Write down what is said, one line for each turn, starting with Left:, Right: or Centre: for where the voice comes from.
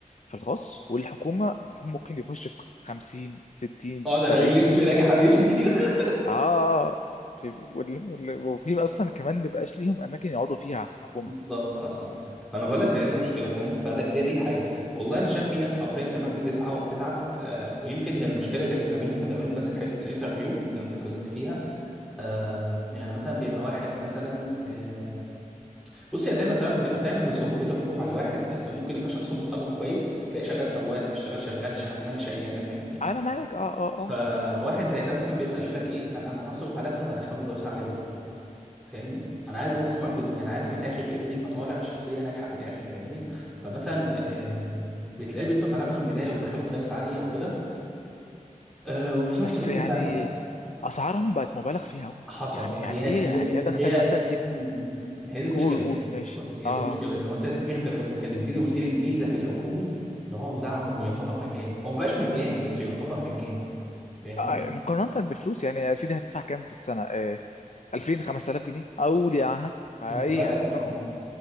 Left: في الخاص والحكومه <laughs> ممكن يخش في 50 60
Centre: اقعد
Left: 70
Centre: على رجل اسمي
Left: وفي
Centre: يا
Left: فصول
Centre: حبيبي <laughs>
Left: اه في وال- وال- وفي اصلا كمان بيبقاش ليهم اماكن يقعدوا فيها في الحكومه
Centre: بالظبط حصل فانا بقول لك هي دي المشكله فاهمني فده دي, دي حاجه والله انا شايف في ناس حرفيا كمان بتسعى وبتتعب آه ويمكن هي المشكله اللي بتقابلهم بتقابلهم بس في حته الانترفيو زي ما انت اتكلمت فيها آه يعني مثلا بيبقى واحد مثلا آه بص هي دايما تعرف بتبقى فاهم ان الظروف بتحكم على الواحد بس هو ممكن يبقى شخص محترم وكويس وتلاقيه شغال سواق مش شغال شغال شغلانه شقيانه فاهم
Left: انا معاك اه اه
Centre: فواحد
Left: اه
Centre: زي ده مثلا بيبقى يقول لك ايه لا انا هصرف على ابني وهدخله مدرسه عاليه برضه فاهمني انا عايز استثمر
Left: امم
Centre: في ابني انا عايز من الاخر ابني يبقى طالع شخصيه ناجحه في الاخر فاهمني فمثلا آه بتلاقيه بيصرف على ابنه من البدايه ويدخله مدارس عاليه وكده آه وفي نفس
Left: بس
Centre: الوقت
Left: يعني
Centre: بتاع
Left: اسعارهم بقت مبالغ فيها قوي
Centre: حصل
Left: يعني
Centre: ما
Left: يعني
Centre: هي
Left: ايه
Centre: هي
Left: يعني ايه ادخل
Centre: ما هي
Left: مثلا ابني
Centre: مم. ما هي دي المشكله
Left: قول قول ماشي
Centre: بص هي
Left: اه
Centre: دي المشكله لو انت تفتكر انت كنت كلمتني قلت لي الميزه في الحكومي ان هو مدعم ويعتبر مجاني هو ما بقاش مجاني بس يعتبر مجاني فاهمني
Left: آه، آه، مقارنة بفلوس يعني يا سيدي هتدفع كام في السنة؟ آه 2000 5000 جنيه اقول يا عها فايه
Centre: ما بقول
Left: يعني
Centre: لك
Left: رقم
Centre: آه.